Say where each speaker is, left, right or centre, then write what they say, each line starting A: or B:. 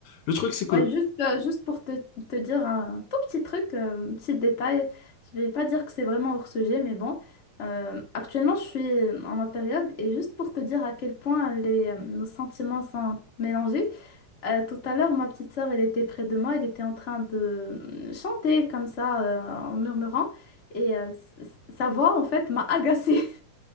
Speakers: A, on the left; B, on the left.
A: Le truc, c'est que
B: Ouais, juste, euh, juste pour te, te dire un tout petit truc, euh, un petit détail, je vais pas dire que c'est vraiment hors sujet, mais bon, euh, actuellement je suis en ma période et juste pour te dire à quel point les, euh, nos sentiments sont mélangés, euh, tout à l'heure ma petite sœur elle était près de moi, elle était en train de euh, chanter comme ça euh, en murmurant et euh, s- s- sa voix en fait m'a agacée.